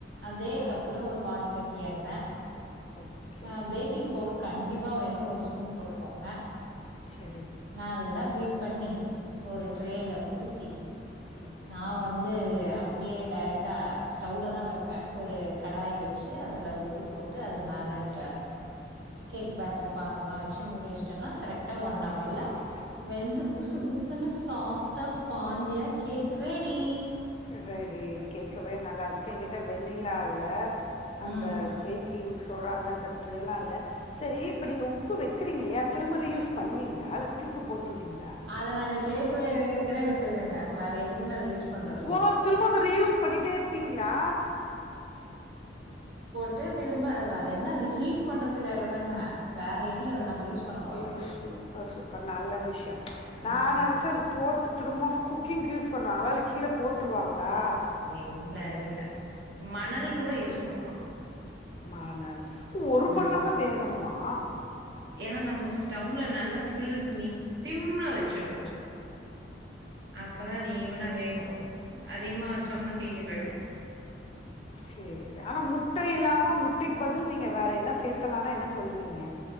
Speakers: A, on the right; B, on the left.
A: அதே
B: ஓ
A: கப்ல ஒரு பாதிக் கப்பு எண்ணெய்
B: ஓகே
A: ஆ பேக்கிங் பவுடர் கண்டிப்பா வேணு ஒரு ஸ்பூன் போட்டுகோங்க
B: செரி
A: நல்லா பீட் பண்ணி ஒரு ட்ரேல ஊத்தி
B: ம்
A: நா வந்து அப்டியே டரக்ட்டா ஸ்டவ்ல தா வெப்பன் ஒரு கடாய் வெய் ச்சு அதுல உப்பு போட்டு அது மேல இந்த கேக் பேட்டர் பாத்தர எல்லா வெச்சு மூடி வெச்சட்டோன்னா கரெக்ட்டா ஒன் அவ
B: ஒன் அவர்ல
A: வெந்து புஸ்சு புஸ்சுன்னு சாஃப்ட்டா ஸ்பாஞ்சியா கேக் ரெடி
B: ரெடி கேக்கவே நல்லாயிருக்கு என்கிட்ட வெண்ணிலா இல்ல அந்த
A: ம்
B: பேக்கிங்ஸ் சோடலா அந்த ட்ரேலா இல்ல செரி இப்ப நீங்க உப்பு வெக்கிறீங்க இல்லையா திரும்ப ரீ யூஸ் பண்ணுவீங்ளா தீக்கி போட்ருவீங்களா
A: அத நா இந்த கேக் வேக வைக்கிறதுக்குனே வச்சிருக்கேங்க வேற எதுக்குமே அத யூஸ் பண்றது இல்ல
B: ஓ திரும்போ அது ரீயூஸ் பண்ணிட்டே இருப்பீங்களா
A: ட்டு திரும்ப அது அது என்ன அது ஹீட் பண்றதுக்காக தான வேற எதையு அத நம்ப யூஸ் பண்ண
B: ஏ
A: போறதில்லயே
B: கண்டிப்பா பண்ணுவேங்க. சூப்பர் சூப்பர் நல்ல விஷ்யோ
A: ம்
B: நா நெனச்சே அது போட்டு திரும்மோ குக்கிங்கு யூஸ் பண்ணுவாங்களா இல்ல கீழ போட்டுருவாங்களா
A: இல்ல இல்ல இல்ல மணல் கூட யூஸ் பண்லாம்
B: மணல் ஒரு மண்
A: ம்
B: நேரம் வேகணுமா
A: ஏன்னா நம்ப ஸ்டவ்ல நல்ல ஃபுல் மி சிம்ல வெச்சிடுவோ
B: வெச்சிருவோம்
A: அப்ப தான் அது ஈவனா வேகும் அதிகமா வெச்சோம்னா தீஞ்சு போய்டும்
B: செரி செரி ஆனா முட்ட இல்லாம முட்டைக்கு பதில் நீங்க வேறு என்ன சேத்தலனா என்ன சொல்லுவீங்க